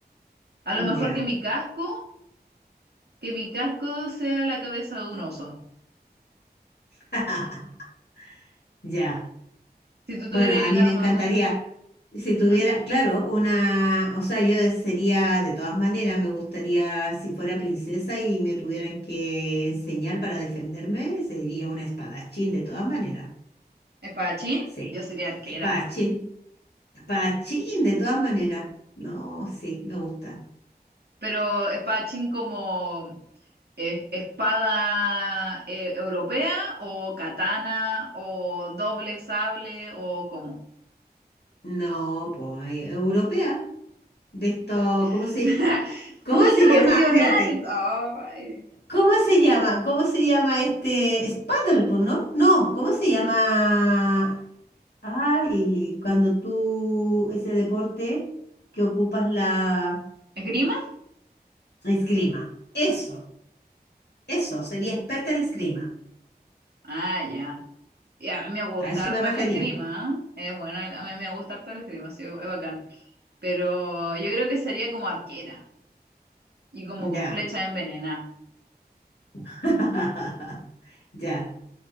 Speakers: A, on the right (about 75°); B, on the left (about 80°).
A: A lo mejor
B: Ya.
A: que mi casco, que mi casco sea la cabeza de un oso.
B: <laughs> Ya.
A: Si tú tuvieras
B: Bueno, a
A: ahí una
B: mí me
A: armadura.
B: encantaría, si
A: ujú.
B: tuviera, claro, una, o sea, yo sería, de todas maneras, me gustaría, si fuera princesa y me tuvieran que enseñar para defenderme, sería una espadachín, de todas maneras.
A: ¿Espadachín?
B: Sí,
A: Yo sería arquera.
B: espadachín, espadachín, de todas maneras. No, sí, me gusta.
A: Pero espadachín como... ¿Es espada eh, europea o katana o doble sable o cómo?
B: No, pues, eh, europea, de esto, ¿cómo
A: <laughs>
B: se, cómo
A: Full
B: se
A: tradicional.
B: llama? Espérate.
A: Ay.
B: ¿Cómo se llama? ¿Cómo se llama este? Es paddleboard, ¿no? No, ¿cómo se llama? Ay, cuando tú, ese deporte que ocupas la
A: ¿Esgrima?
B: esgrima. Eso, eso, sería experta en esgrima.
A: Ah, ya. Y a mí me gusta
B: A eso
A: harto
B: me
A: el
B: refería.
A: esgrima, ¿eh? Eh, bueno, a mí me gusta harto el esgrima, sí, es bacán. Pero yo creo que sería como arquera y como con
B: Ya.
A: flecha envenenada.
B: <laughs> Ya.